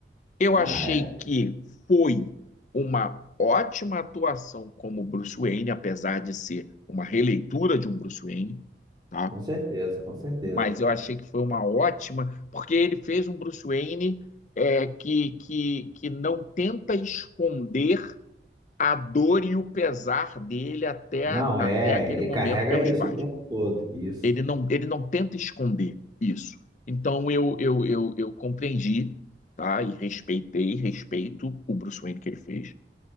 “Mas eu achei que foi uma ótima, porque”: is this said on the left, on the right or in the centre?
Left